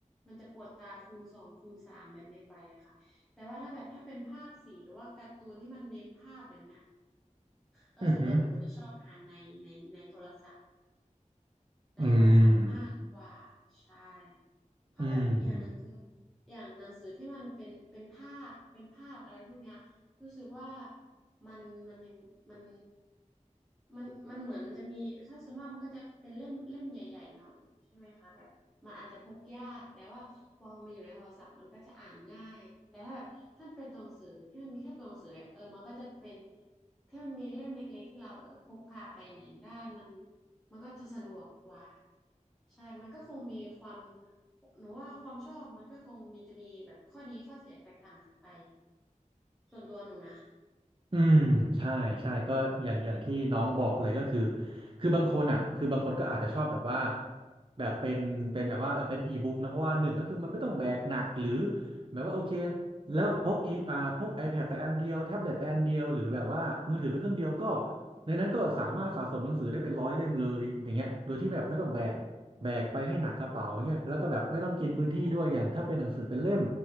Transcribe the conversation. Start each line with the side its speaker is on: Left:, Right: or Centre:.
Centre: มันจะปวดตาคูณสองคูณสามแบบนี้ไปอะค่ะแต่ว่าถ้าแบบถ้าเป็นภาพสีหรือว่าการ์ตูนที่มันเน้นภาพแบบเนี้ยเออส่วนตัวหนูก็จะชอบอ่านในในในโทรศัพท์
Right: อือหือ
Centre: ในโทรศัพท์มากกว่าใช่
Right: อืม
Centre: เพราะแบบอย่างหนึ่งคือ
Right: อืม
Centre: อย่างหนังสือที่มันเป็นเป็นภาพเป็นภาพอะไรพวกเนี้ยรู้สึกว่ามันมันยังมันมันมันเหมือนมันจะมีถ้าส่วนมากมันก็จะเป็นเล่มเล่มใหญ่ๆหน่อยใช่ไหมคะแบบมันอาจจะพกยากแต่ว่าพอมันอยู่ในโทรศัพท์มันก็จะอ่านง่ายแต่ถ้าแบบถ้ามันเป็นตัวหนังสือที่มันมีแค่ตัวหนังสืออะเออมันก็จะเป็นถ้ามันมีเล่มเล็กๆที่เราเออพกพาไปไหนได้มันมันก็จะสะดวกกว่าใช่ มันก็คงมีความ หนูว่าความชอบมันก็คงมีจะมีแบบข้อดีข้อเสียแตกต่างกันไปส่วนตัวหนูนะ
Right: อืมใช่ใช่ก็อย่างอย่างที่น้องบอกเลยก็คือคือบางคนอ่ะคือบางคนก็อาจจะชอบแบบว่าแบบเป็นเป็นแบบว่าเออเป็นอีบุ๊กนะเพราะว่าหนึ่งก็คือมันไม่ต้องแบกหนักหรือแบบว่าโอเคแล้วพกอีอ่าพก iPad ไปอันเดียวแท็บเล็ตไปอันเดียวหรือแบบว่ามือถือไปเครื่องเดียวก็ในนั้นก็สามารถสะสมหนังสือได้เป็นร้อยเล่มเลยอย่างเงี้ยโดยที่แบบไม่ต้องแบกแบกไปให้หนักกระเป๋าเงี้ยแล้วก็แบบไม่ต้องกินพื้นที่ด้วยอย่างถ้าเป็นหนังสือเป็นเล่ม